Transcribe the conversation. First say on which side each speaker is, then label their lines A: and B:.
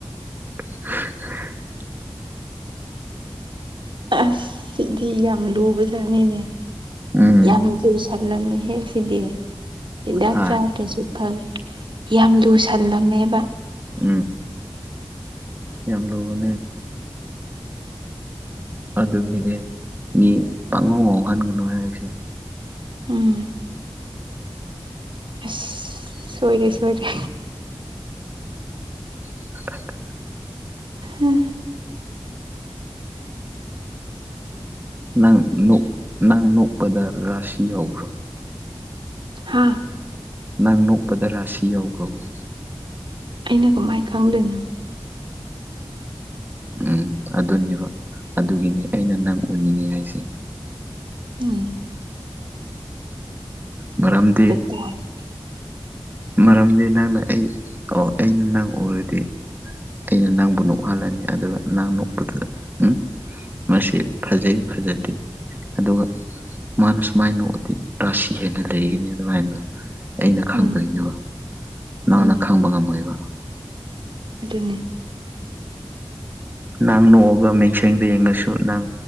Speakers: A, on the right (about 20°); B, on the right (about 60°).
A: <inaudible>
B: ꯑꯁ ꯁꯤꯗꯤ ꯌꯥꯝ ꯂꯨꯕꯖꯥꯠꯅꯤꯅꯦ
A: ꯎꯝ
B: ꯌꯥꯝ ꯂꯨꯁꯜꯂꯝꯃꯤ ꯍꯦꯛ ꯁꯤꯗꯤ ꯍꯤꯗꯥꯛ
A: ꯍꯥ
B: ꯆꯥꯗ꯭ꯔꯁꯨ ꯐꯔꯦ ꯌꯥꯝ ꯂꯨꯁꯜꯂꯝꯃꯦꯕ
A: ꯎꯝ ꯌꯥꯝ ꯂꯨꯕꯅꯦ ꯑꯗꯨꯒꯤꯗꯤ ꯃꯤ ꯄꯥꯡꯉꯧ ꯃꯥꯎꯍꯟꯒꯅꯨ ꯍꯥꯏꯔꯤꯁꯦ
B: ꯎꯝ ꯑꯁ ꯁꯣꯏꯔꯦ ꯁꯣꯏꯔꯦ
A: <inaudible>
B: ꯎꯝ
A: ꯅꯪ ꯅ ꯅꯪ ꯅꯣꯛꯄꯗ ꯔꯥꯁꯤ ꯌꯥꯈ꯭ꯔꯣ
B: ꯍꯥꯥ
A: ꯅꯪ ꯅꯣꯛꯄꯗ ꯔꯥꯁꯤ ꯌꯧꯈ꯭ꯔꯕ
B: ꯑꯩꯅ ꯀꯃꯥꯏꯅ ꯈꯪꯗꯣꯏꯅꯣ
A: ꯎꯝ ꯑꯗꯨꯅꯦꯕ ꯑꯗꯨꯒꯤꯅꯦ ꯑꯩꯅ ꯅꯪ ꯎꯅꯤꯡꯉꯦ ꯍꯥꯏꯁꯦ
B: ꯎꯝ
A: ꯃꯔꯔꯝꯗꯤ
B: ꯎꯝ
A: ꯃꯔꯝꯗꯤ ꯅꯪꯅ ꯑꯩ ꯑꯣ ꯑꯩꯅ ꯅꯪ ꯎꯔꯗꯤ ꯑꯩꯅ ꯅꯪꯕꯨ ꯅꯣꯛꯍꯜꯂꯅꯤ ꯑꯗꯨꯒ ꯅꯪ ꯅꯣꯛꯄꯗꯨꯗ ꯎ ꯃꯁꯤ ꯐꯖꯩ ꯐꯖꯗꯦ ꯑꯗꯨꯒ ꯃꯥꯅ ꯁꯨꯃꯥꯏꯅ ꯅꯣꯛꯗꯤ ꯔꯥꯁꯤ ꯍꯦꯟꯅ ꯂꯩꯒꯅꯤ ꯑꯗꯨꯃꯥꯏꯅꯗꯣ ꯑꯩꯅ ꯈꯪꯗꯣꯏꯅꯦꯕ
B: ꯎꯝ
A: ꯅꯪꯅ
B: ꯎꯝ
A: ꯈꯪꯕ ꯉꯝꯃꯣꯏꯕ
B: ꯑꯗꯨꯅꯦ
A: ꯅꯪ ꯅꯣꯛꯑꯒ ꯃꯤꯡꯁ ꯁꯦꯡꯗ ꯌꯦꯡꯉꯁꯨ ꯅꯪ